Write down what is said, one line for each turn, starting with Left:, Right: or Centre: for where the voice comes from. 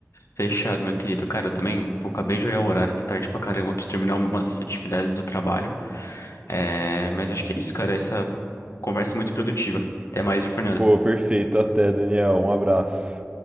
Left: Fechado, meu querido. Cara, eu também, pô, acabei de olhar o horário, tá tarde pra caramba, eu preciso terminar umas atividades do trabalho. É, mas acho que é isso, cara. Essa conversa é muito produtiva. Até mais, viu, Fernanda?
Right: Pô, perfeito, até, Daniel, um abraço.